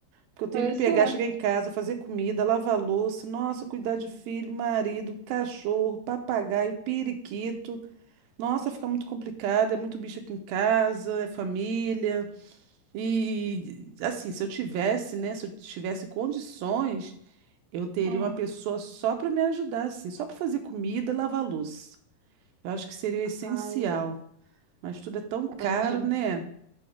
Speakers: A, on the right (about 80°); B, on the right (about 70°).
A: Porque eu tenho
B: Pois
A: que pegar,
B: é.
A: chegar em casa, fazer comida, lavar louça, nossa, cuidar de filho, marido, cachorro, papagaio, periquito. Nossa, fica muito complicado, é muito bicho aqui em casa, é família. E assim, se eu tivesse, né, se eu tivesse condições, eu teria
B: Hum.
A: uma pessoa só para me ajudar, assim, só para fazer comida, lavar louça. Eu acho que seria essencial,
B: Ai,
A: mas tudo é tão caro,
B: é, é mesmo.
A: né?